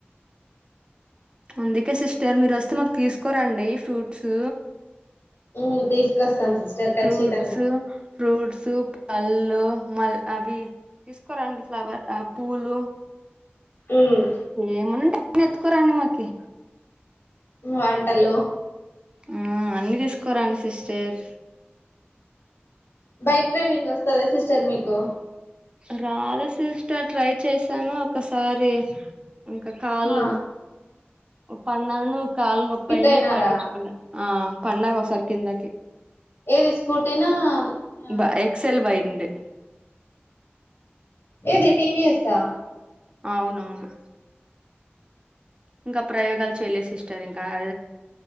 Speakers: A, on the right; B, on the left.
A: అందుకే సిస్టర్ మీరు వస్తే మాకు తీసుకోరండి ఫ్రూట్స్
B: ఉమ్ తీసుకొస్తాం సిస్టర్ ఖచ్చితంగా
A: ఫ్రూట్స్ ఫ్రూట్స్ పళ్ళు మళ్ళ అవి తీసుకోరాండి ఫ్లవర్ పూలు
B: ఉమ్
A: ఏమంట ఎత్తుకోరాని మాకి
B: వంటలు
A: ఆ అన్ని దీసుకోరండి సిస్టర్
B: బైక్ డ్రైవింగ్ వస్తదా సిస్టర్ మీకు
A: రాదు సిస్టర్ ట్రై చేశాను ఒకసారి ఇంకా కాళ్ళు
B: ఆ
A: పన్నాను కాళ్లు నొప్పైంది
B: స్కిట్ అయినారా
A: పట్టించుకోలే ఆ పడిన ఒకసారి కిందకి
B: ఏది స్కూటీనా ఆ
A: బ ఎక్సెల్ బండి
B: ఏది టివిఎస్ ఆ
A: అవునవును ఇంకా ప్రయోగాలు చేయలేదు సిస్టర్ ఇంకా అ